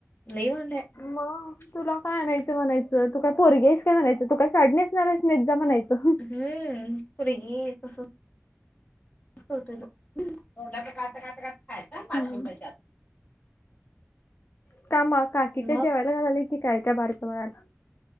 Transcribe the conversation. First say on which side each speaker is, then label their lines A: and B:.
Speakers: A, on the left; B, on the left.
A: लवाडे
B: मग तुला काय आणायचं म्हणायचं तू काय फोरगेस काय म्हणायचं तू काय साडणीसणारस न जाा म्हणायचं
A: हम्म पुरी गी तसं का काढ का पाच
B: हम्म
A: मिनटच्या आ
B: कामा काकी का
A: मग
B: जेवायला घालंय की काय त्या बारकमणाला